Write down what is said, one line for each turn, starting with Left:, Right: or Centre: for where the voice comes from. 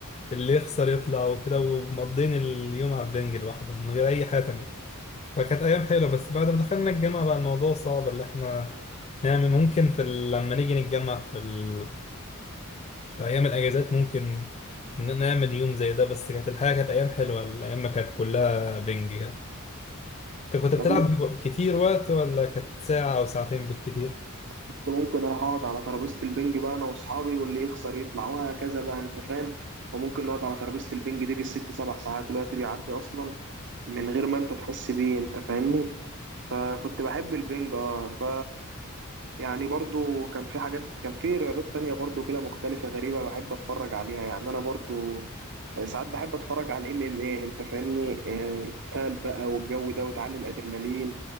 Left: اللي يخسر يطلع وكده ومقضين اليوم على البنج لوحده من غير أي حاجة تانية فكانت أيام حلوة بس بعد ما دخلنا الجامعة بقى الموضوع صعب اللي إحنا نعمل ممكن في ال- لما نيجي نتجمع في ال... في أيام الأجازات ممكن ن- نعمل يوم زي ده بس كانت الحياة كانت أيام حلوة الأيام ما كانت كلها بنج كده أنت كنت بتلعب
Right: طب انت
Left: بو- كتير وقت ولا كانت ساعة أو ساعتين بالكتير؟
Right: كنت ممكن اروح اقعد على ترابيزه البنج بقى انا واصحابي واللي يخسر يطلع وهكذا بقى انت فاهم وممكن نقعد على ترابيزه البنج دي بالست سبع ساعات دلوقتي بيعدي اصلا من غير ما انت تحس بيه انت فاهمني فكنت بحب البنج اه ف يعني برضو كان في حاجات كان في رياضات تانية برضو كده مختلفة غريبة بحب اتفرج عليها يعني انا برضو ساعات بحب اتفرج على الام ام ايه انت فاهمني آه، القتال بقى والجو ده وتعلي الادرينالين